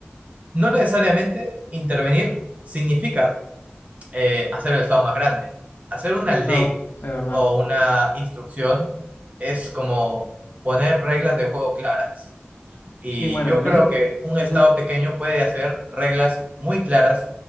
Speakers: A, on the right; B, on the left.
A: no necesariamente intervenir significa eh, hacer el Estado más grande. Hacer una
B: No,
A: ley
B: es verdad.
A: o una instrucción es como poner reglas de juego claras. Y
B: Sí, bueno,
A: yo
B: en
A: creo
B: eso,
A: que un Estado
B: eso,
A: pequeño puede hacer reglas muy claras